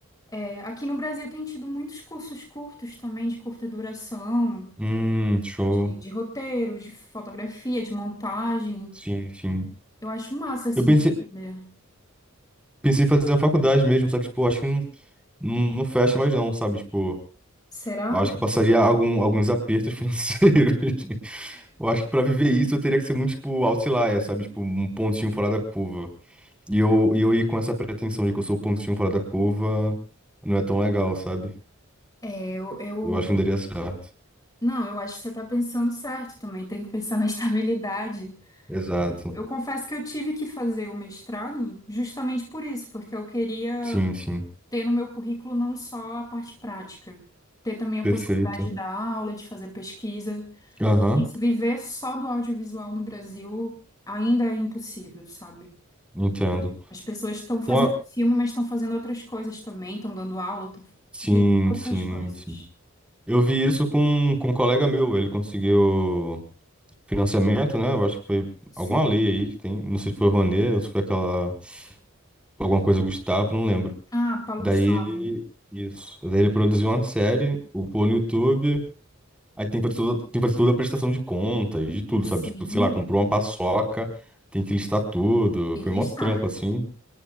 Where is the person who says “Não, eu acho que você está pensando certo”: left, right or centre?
Left